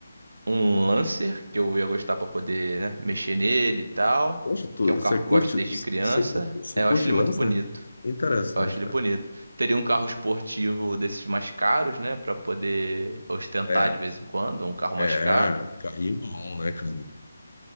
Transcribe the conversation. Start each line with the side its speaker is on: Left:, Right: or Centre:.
Right: um Lancer, que eu ia gostar pra poder, né, mexer nele e tal,
Left: Poxa, tu,
Right: que é um
Left: você
Right: carro que
Left: curte,
Right: eu gosto desde criança.
Left: você, você
Right: É,
Left: curte
Right: eu acho ele
Left: lança?
Right: muito bonito.
Left: Interessante,
Right: Eu acho ele
Left: cara.
Right: bonito. Teria um carro esportivo desses mais caros, né, Pra poder ostentar
Left: É,
Right: de vez em quando, um carro
Left: é,
Right: mais caro.
Left: carrinhão, né, cara?